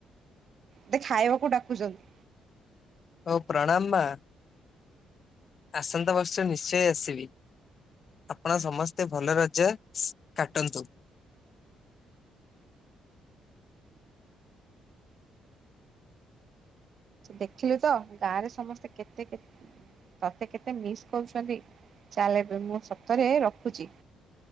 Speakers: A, on the right; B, on the left.
A: ତତେ ଖାଇବାକୁ ଡାକୁଚନ୍ତି।
B: ହଉ ପ୍ରାଣାମ ମା। ଆସନ୍ତା ବର୍ଷ ନିଶ୍ଚୟ ଆସିବି। ଆପଣ ସମସ୍ତେ ଭଲ ରଜସ କାଟନ୍ତୁ।
A: ଦେଖିଲୁ ତ ଗାଁରେ ସମସ୍ତେ କେତେ କେ ତତେ କେତେ ମିସ୍ କରୁଛନ୍ତି ଚାଲ ଏବେ ମୁଁ ସତରେ ରଖୁଛି।